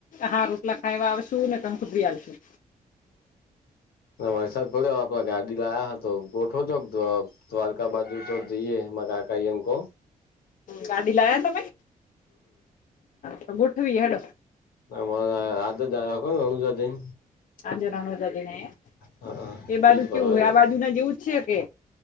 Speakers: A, on the left (about 60°); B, on the left (about 80°).
A: હા, રોટલા ખાય એવા આવશું ને <unintelligible> કંકોત્રી આલશું.
B: હ વરસાદ પડ્યો હ આપડ ગાડી લાયા હ તો ગોઠવજો <unintelligible> દ્વારકા બાજુ ચોક જઈએ માર કાકા ઈયન કો
A: ગાડી લાયા તમે તો ગોઠવીએ હડો.
B: <unintelligible> આજ જ આયા હો રણુજા જઈન.
A: આજે રણુજા જઈને આયા
B: હા
A: એમ એ બાજુ
B: બીજ
A: કેવું
B: ફરવા
A: હોય
B: ગયા
A: આ
B: હતા.
A: બાજુ ના જેવું જ છે કે